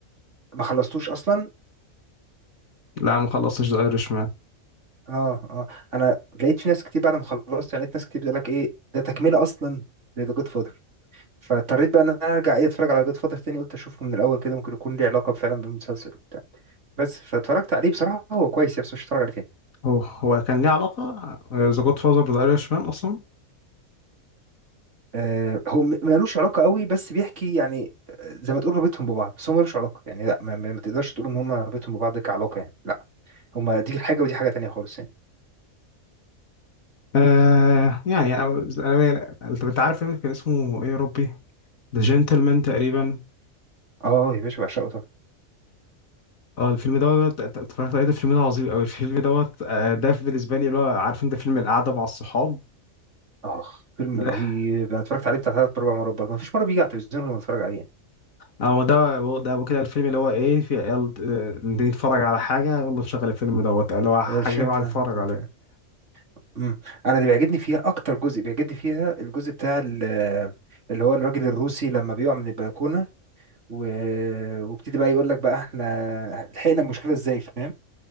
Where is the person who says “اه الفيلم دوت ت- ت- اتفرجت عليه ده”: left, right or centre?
Left